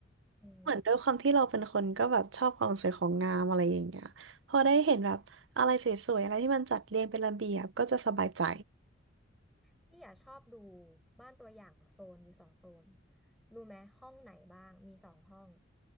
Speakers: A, in the centre; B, on the right.
A: อืม
B: เหมือนด้วยความที่เราเป็นคนก็แบบชอบความสวยของงามอะไรอย่างเงี้ยพอได้เห็นแบบอะไรสวยๆอะไรที่มันจัดเรียงเป็นระเบียบก็จะสบายใจ
A: พี่อ่ะชอบดูบ้านตัวอย่างโซนอยู่สองโซนรู้ไหมห้องไหนบ้างมีสองห้อง